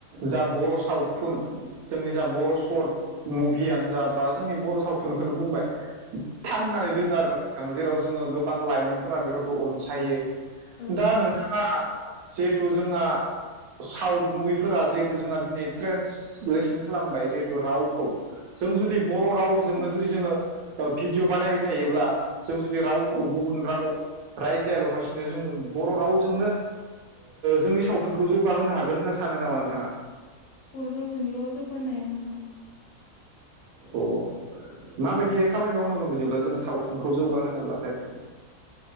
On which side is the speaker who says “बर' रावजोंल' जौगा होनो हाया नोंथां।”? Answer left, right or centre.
Left